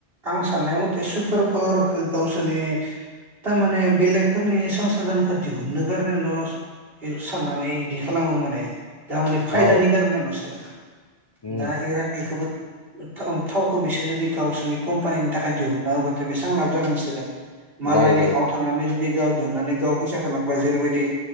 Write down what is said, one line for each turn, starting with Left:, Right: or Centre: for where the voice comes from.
Right: आं साननाय मथे सुपार पावारखो गावसोरनि थारमाने बेलेगफोरनि संसा दानखौ दिहुननो गारननाय लस साननानै इदि खालामो माने गावनि फायदानि
Left: औ
Right: खारनै ल'सो
Left: उम
Right: दा इराननिखौबो ओ थाव थावखौ बिसोर जुदि गावसोरनि कम्पानिनि थाखाय दिहुनना होबथाय' बेसेबां लाब जागोन बिसोरो मालायनि
Left: जायो जायो
Right: हायाव थांनानै जे गाव दिहुननानै गाव फैसाखौ लांबा जेरैबायदि